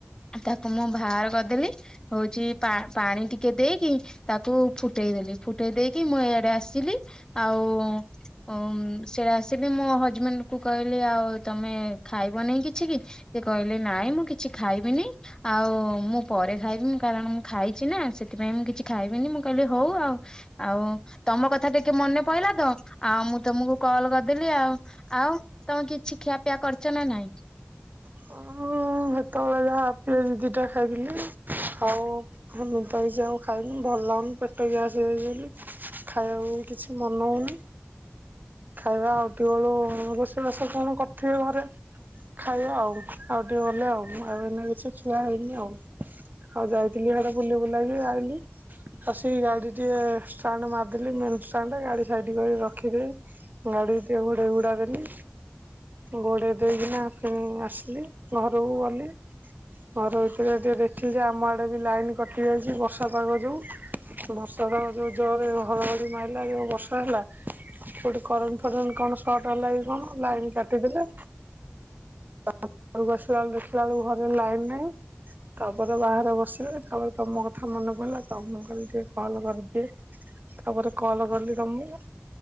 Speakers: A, on the left; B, on the right.
A: ତାକୁ ମୁଁ ବାହାର କରିଦେଲି, ହଉଛି ପା ପାଣି ଟିକେ ଦେଇକି ତାକୁ ଫୁଟେଇଦେଲି, ଫୁଟେଇ ଦେଇକି ମୁଁ ଏଇଆଡେ ଆସିଲି ଆଉ ଓ ସେଟା ଆସିବି ମୋ ହଜବେଣ୍ଡ କୁ କହିଲି ଆଉ ତମେ ଖାଇବ ନେଇାଇଁ କିଛି କି? ସେ କହିଲେ ନାଇଁ, ମୁଁ କିଛି ଖାଇବିନି। ଆଉ ମୁଁ ପରେ ଖାଇବି, ମୁ କାରଣ ମୁଁ ଖାଇଛି ନା ସେଥିପାଇଁ ମୁଁ କିଛି ଖାଇବିନି, ମୁଁ କହିଲି ହଉ ଆଉ ଆଉ ତମ କଥା ଟିକେ ମନେ ପଇଲା ତ, ଆଉ ମୁଁ ତମକୁ କଲ କରିଦେଲି ଆଉ ଆଉ ତମେ କିଛି ଖିଆପିଆ କରିଛ ନା ନାଇଁ?
B: ହ ସେତେବେଳେ ଯାହା ଦି ଦିଟା ଖାଇଦେଲି ଇ ହଉ ନିଦ ହେଇଛି ଆଉ ଖାଇନି ଭଲ ଲାଗୁନି ପେଟ ଗ୍ୟାସଯାଇଛି ବୋଲି ଖାଇବାକୁ କିଛି ମନହଉନି। ଖାଇବା ଆଉ ଟିକେ ବେଳୁ ରୋଷେଇବାସ କଣ କରିଥିବେ ଘରେ? ଖାଇବା ଆଉ, ଆଉ ଟିକେ ଗଲେ, ଆଉ ଆଉ ଏମ କିଛି ଖିଆ ହେଇନି ଆଉ, ଆଉ ଯାଇଥିଲି ହଡ଼ ବୁଲି ବୁଲାଇକି ଆଇଲିି। ଆଉ ସେ ଗାଡି ଟିକେ ଷ୍ଟାଣ୍ଡ ମାରିଦେଲି, ମେନ ଷ୍ଟାଣ୍ଡ, ଗାଡି ସାଇଟ କରି ରଖିଦେଇ ଗାଡ଼ି ଟିକେ ଘୋଡ଼ା ଘୋଡ଼ା ଦେଲି। ଗୋଡ଼େଇ ଦେଇକିନା ପ ଆସିଲି, ଘରକୁ ଗଲି। ଘର ଭିତରେ ଟିକେ ଦେଖିଛ ଆମ ଆଡେ ବି ଲାଇନ କଟି ଯାଇଛି ବର୍ଷା ପାଗ ଯୋଉ ବର୍ଷା ତ ଯୋଉ ଜୋରରେ ହରହରି ମାରିଲା ଯ ବର୍ଷା ହେଲା। କୋଠି କରେଣ୍ ଫରେଣ୍ କଣ ସଟ ହେଲା କଣ ଲାଇନ କାଟିଦେଲେ। ଘରକୁ ଆସିଲା ବେଳୁ ଦେଖିଲା ବେଳକୁ ଘରେ ଲାଇନ ନାହିଁ। ତାପରେ ବାହାରେ ବସିଲେ ତାପରେ ତମ କଥା ମନେ ପଡିଲା ତମ କରି ଟିକେ କଲ କରିଦିଏ। ତାପରେ କଲ କଲି ତମକୁ,